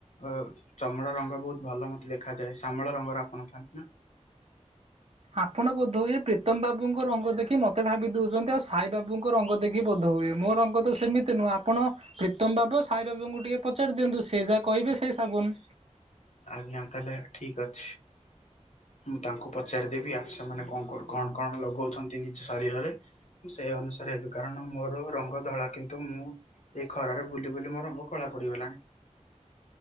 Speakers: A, on the left; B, on the right.
A: ଅ, ଚମଡ଼ା ରଙ୍ଗ ବହୁତ ଭଲ ମତେ ଦେଖାଯାଏ। ଶାମଳ ରଙ୍ଗର ଆପଣ ଥାନ୍ତି ନା?
B: ଆପଣ ବୋଧ ହୁଏ ପ୍ରୀତମ ବାବୁଙ୍କ ରଙ୍ଗ ଦେଖି ମତେ ଭାବି ଦଉଛନ୍ତି, ଆଉ ସାଇ ବାବୁଙ୍କ ରଙ୍ଗ ଦେଖି ବୋଧ ହୁଏ, ମୋ ର ଗଦ, ସେମିତି ନୁହଁ। ଆପଣ ପ୍ରୀତମ ବାବୁ, ସାଇବାବୁଙ୍କୁ ଟିକେ ପଚାରି ଦିଅନ୍ତୁ, ସେ ଯାହା କହିବେ ସେଇ ସାବୁନ।
A: ଆଜ୍ଞା, ତାହେଲେ ଠିକ୍ ଅଛି। ମୁଁ ତାଙ୍କୁ ପଚାରିଦେବି, ଆ ସେମାନେ କଣ କଣ କଣ ଲଗଉଛନ୍ତି ନିଜ ଶରୀରରେ? ମୁଁ ସେଇ ଅନୁସାରେ ହେବି, କାରଣ ମୋର ରଙ୍ଗ ଧଳା, କିନ୍ତୁ ମୁଁ ଏଇ ଖରାରେ ବୁଲି ବୁଲି ମୋ ରଙ୍ଗ କଳା ପଡ଼ିଗଲାଣି।